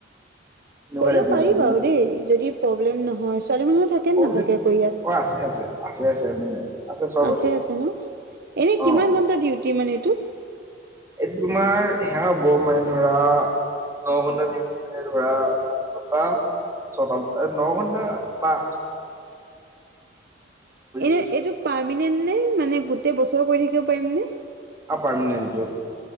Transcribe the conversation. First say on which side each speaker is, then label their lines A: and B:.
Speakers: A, on the right; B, on the right.
A: সেনেকুৱা
B: কৰিব
A: টাইপ মানে
B: পাৰি
A: বুজি
B: বাৰু দেই যদি প্ৰব্লেম নহয় ছোৱালী মানুহ থাকে
A: প্ৰব্লেম
B: নে নাথাকে আকৌ ইয়াত?
A: অ আছে আছে আছে আছে মানে চব
B: আছে আছে ন এনে
A: অ
B: কিমান ঘণ্টা দিউ টি মানে এইটো?
A: এইটো তোমাৰ সেয়া হব মানে ধৰা ন ঘন্টা মানে ধৰা <inaudible> ছটা ন ঘন্টা বা <inaudible>
B: এনে
A: ছুটি
B: এইটো পা ৰ্মেনেন্ত নে? মানে গোটেই বছৰ কৰি থাকিব পাৰিম নে?
A: অ পাৰ্মনেণ্ট এইটো।